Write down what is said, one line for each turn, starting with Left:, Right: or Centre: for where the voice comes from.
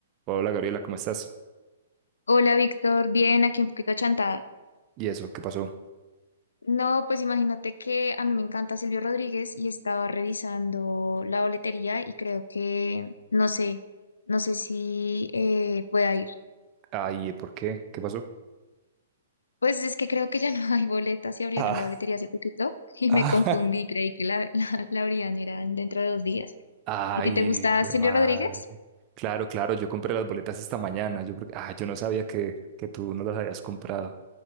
Right: Hola Gabriela, ¿cómo estás?
Left: Hola Víctor, bien, aquí un poquito achantada.
Right: ¿Y eso? ¿Qué pasó?
Left: No, pues imagínate que a mí me encanta Silvio Rodríguez y estaba revisando la boletería y creo que, no sé, no sé si eh, pueda ir.
Right: Ay, ¿por qué? ¿Qué pasó?
Left: Pues es que creo que ya no <laughs> hay boletas y abrieron
Right: Ah,
Left: la boletería hace poquito <laughs> y
Right: ah,
Left: me confundí,
Right: <laughs>
Left: creí que la, la, la abrían era dentro de dos días.
Right: ay,
Left: ¿A ti te gusta
Right: hijo
Left: Silvio
Right: de madre.
Left: Rodríguez?
Right: Claro, claro, yo compré las boletas esta mañana. Yo, creo que- ah, yo no sabía que, que tú no las habías comprado.